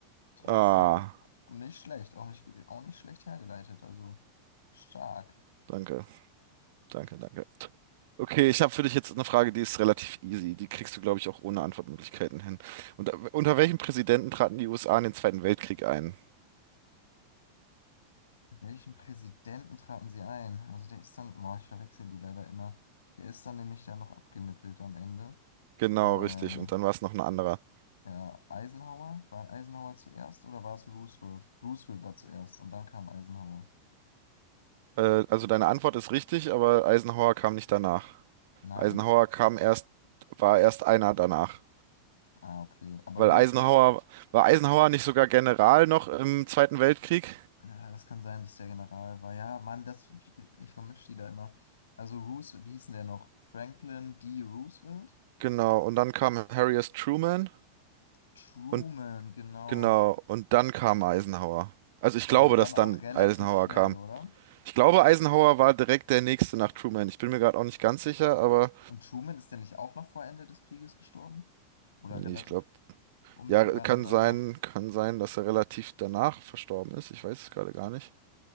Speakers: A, on the left; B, on the right.
A: Trotzdem
B: Ah,
A: nicht schlecht, auch nicht, auch nicht schlecht hergeleitet, also stark.
B: danke, danke, danke. Okay, ich habe für dich jetzt eine Frage, die ist relativ easy. Die kriegst du, glaube ich, auch ohne Antwortmöglichkeiten hin. Und äh, unter welchem Präsidenten traten die USA in den Zweiten Weltkrieg ein?
A: Welchen Präsidenten traten sie ein? Also der ist dann, boah, ich verwechsel die leider immer. Der ist dann nämlich dann noch abgenippelt am Ende.
B: Genau,
A: Ähm,
B: richtig. Und dann war es noch ein anderer.
A: ja, Eisenhower? War Eisenhower zuerst oder war es Roosevelt? Roosevelt war zuerst und dann kam Eisenhower.
B: Äh, also deine Antwort ist richtig, aber Eisenhower kam nicht danach.
A: Nein?
B: Eisenhower kam erst, war erst einer danach.
A: Ah, okay. Aber
B: Weil
A: Roosevelt,
B: Eisenhower, war Eisenhower nicht sogar General noch im Zweiten Weltkrieg?
A: ja, das kann sein, dass der General war. Ja, Mann, das, ich, ich vermische die da immer. Also Roosevelt, wie hieß denn der noch? Franklin D. Roosevelt?
B: Genau, und dann kam Harry S. Truman
A: Truman,
B: Und
A: genau.
B: genau, und dann kam Eisenhower. Also ich
A: Aber
B: glaube,
A: dann
B: dass
A: auch
B: dann
A: relativ
B: Eisenhower
A: schnell,
B: kam.
A: oder?
B: Ich glaube, Eisenhower war direkt der nächste nach Truman. Ich bin mir gerade auch nicht ganz sicher, aber
A: Und Truman ist denn nicht auch noch vor Ende des Krieges gestorben? Oder
B: nee,
A: relativ
B: ich glaube,
A: unmittelbar
B: ja, kann
A: dann danach?
B: sein, kann sein, dass er relativ danach verstorben ist. Ich weiß es gerade gar nicht.